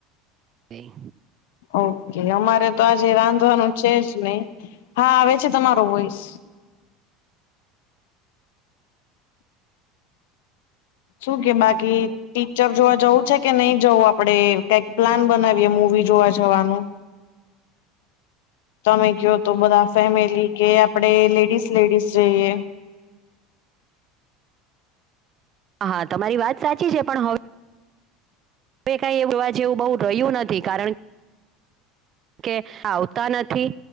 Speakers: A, on the right; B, on the left.
A: ઈ.
B: ઓકે. અમારે તો આજે રાંધવાનું છે જ નહીં. હા આવે છે તમારો વોઈસ. શું કે બાકી ટીચર જોવા જવું છે કે નહી જવું આપ પણે કેંઈક પ્લાન બનાવીએ મૂવી જોવા જવાનું. તમે કયો તો બધા ફેમિલી કે આપડે લેડીસ-લેડીસ જઈએ.
A: હા તમારી વાત સાચી છે, પણ હવ વે કાંઈ <inaudible> જેવું બહુ રહ્યું નથી કારણ કે કે આવતા નથી,